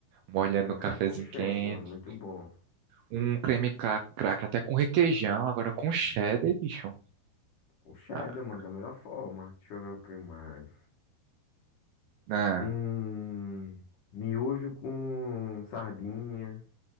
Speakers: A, on the right (about 75°); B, on the left (about 55°).
A: molhando
B: Creme
A: o cafezinho
B: crack com cheddar,
A: quente.
B: mano. Muito bom.
A: Um creme ca- crack até com requeijão, agora com cheddar, bicho.
B: O cheddar,
A: Ah,
B: mano, da melhor forma. Deixa eu ver o que mais.
A: não.
B: Hum, miojo com sardinha,